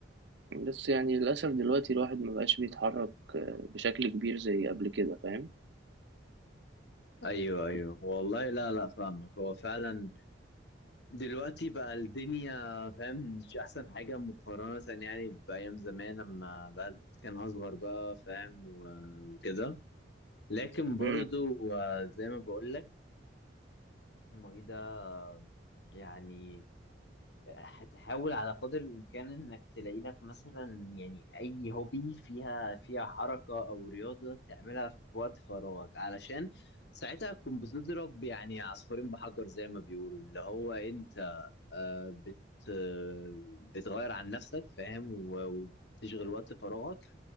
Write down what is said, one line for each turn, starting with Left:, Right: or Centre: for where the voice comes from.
Right: بس يعني للأسف دلوقتي الواحد مبقاش بيتحرك بشكل كبير زي قبل كده فاهم
Left: ايوه ايوه والله لا لا فاهمك هو فعلا دلوقتي بقى الدنيا فاهم مش احسن حاجه مقارنه يعني بايام زمان لما الواحد كان اصغر بقى فاهم و- وكده لكن برضو
Right: مم.
Left: آه، زي ما بقول لك اسمه ايه ده يعني هتحاول على قدر الإمكان إنك تلاقي لك مثلا يعني أي هوبي فيها فيها حركة أو رياضة تعملها في وقت فراغك علشان ساعتها تكون بتضرب يعني عصفورين بحجر زي ما بيقولوا اللي هو أنت آه، بت آه، بتغير عن نفسك فاهم و- وبتشغل وقت فراغك